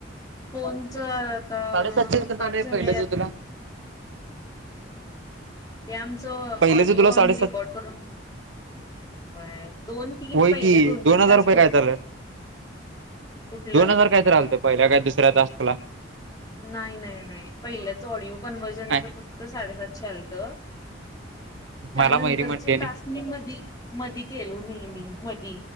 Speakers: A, on the left (about 20°); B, on the right (about 75°).
A: फोनच आता
B: साडेसातशे रुपये
A: पाच
B: झालंय
A: झाले.
B: पहिल्याच तुला
A: ते आमच
B: पहिल्याच
A: ऑडिओ
B: तुला
A: आमी
B: साडेसातशे
A: रेकॉर्ड करून होय दोन तीन
B: होय
A: पहिले
B: कि
A: तीन
B: दोन हजार
A: टास्क
B: रुपये
A: होत
B: काय चालंय.
A: कुठलं
B: दोन हजार कायतर आलत पहिल्या काय दुसऱ्या तास्कला.
A: नाही नाही नाही पहिल्याच ऑडिओ कन्व्हर्जनच
B: काय
A: फक्त साडेसातशे आलत. त्यानंतरचे
B: मला मयुरी म्हणते आणि
A: टास्क मी मधी मधी केलो नाय मी. मधी